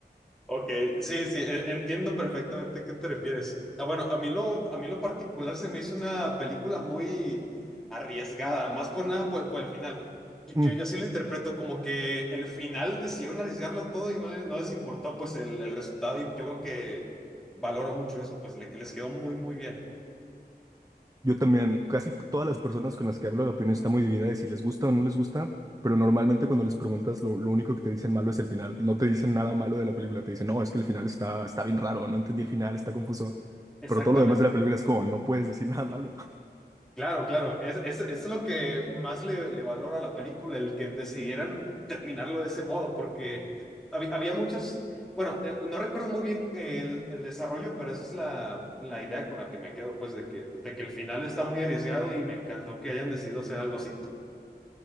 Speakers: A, in the centre; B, on the right.
A: Ok, sí, sí, e- entiendo perfectamente a qué te refieres. Ah, bueno, a mí lo, a mí lo particular se me hizo una película muy arriesgada, más por nada por, por el final. Yo, yo,
B: Mm.
A: yo así lo interpreto, como que el final decidieron arriesgarlo todo y no, le- no les importó pues el, el resultado y yo creo que valoro mucho eso, pues le, que les quedó muy, muy bien.
B: Yo también, casi todas las personas con las que hablo, la opinión está muy dividida de si les gusta o no les gusta, pero normalmente cuando les preguntas, lo, lo único que te dicen malo es el final. No te dicen nada malo de la película, te dicen, no, es que el final está, está bien raro, no entendí el final, está confuso.
A: Exactamente.
B: Pero todo lo demás de la película es como, no puedes decir nada malo. <laughs>
A: Claro, claro, es, es, es lo que más le, le valoro a la película, el que decidieran terminarlo de ese modo, porque hab- había, muchas, bueno, eh, no recuerdo muy bien el, el desarrollo, pero esa es la, la idea con la que me quedo, pues de que, de que el final está muy arriesgado y me encantó que hayan decidido hacer algo así.